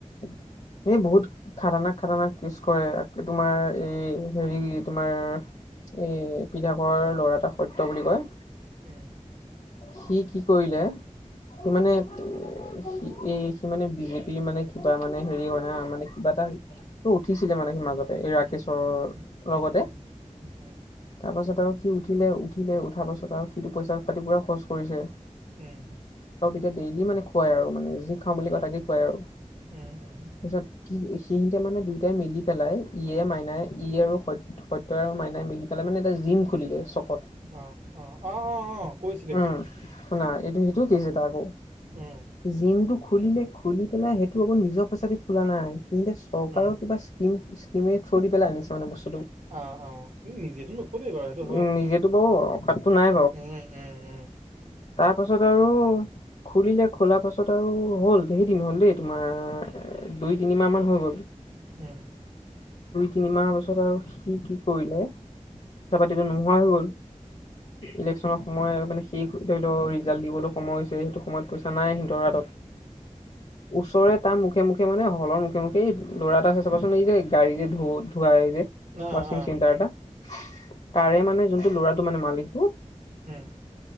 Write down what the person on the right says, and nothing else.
হম।
উম,
উম, উম,
উম, <inaudible>
উম।
উম,
উম, উম,
উম।
অ, অ, অ, অ, অ। কৈছিলে
সি।
উম,
উম।
আহ, আহ, সি নিজেতো নুখুলে বাৰু সেইটো হয়,
উম, উ উম, উম
উম,
উম।
অ',
অ',
উম,